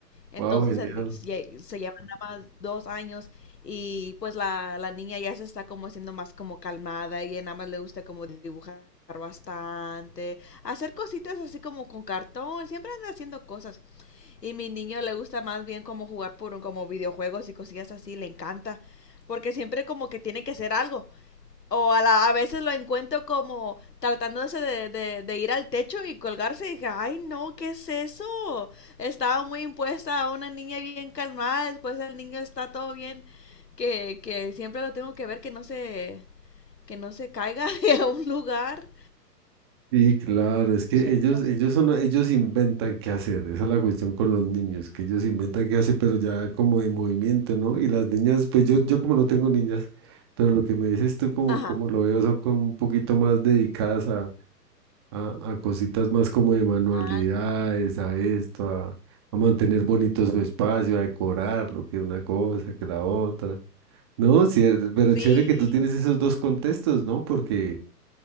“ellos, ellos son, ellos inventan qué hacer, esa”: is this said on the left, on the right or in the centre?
Right